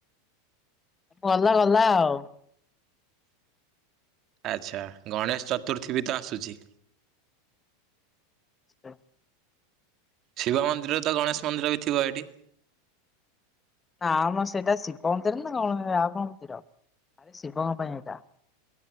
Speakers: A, on the left; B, on the right.
A: ଗଲା ଗଲା ଆଉ।
B: ଆଚ୍ଛା ଗଣେଶ ଚତୁର୍ଥୀ ବି ତ ଆସୁଛି।
A: ହ <inaudible>
B: ଶିବ ମନ୍ଦିରରେ ତ ଗଣେଶ ମନ୍ଦିର ବି ଥିବ ଏଇଠି।
A: ନାଆ ମ ସେଇଟା ଶିବ ମନ୍ଦିର ନା କଣ ରାମ ମନ୍ଦିର ଆରେ ଶିବଙ୍କ ପାଇଁ ଏଇଟା।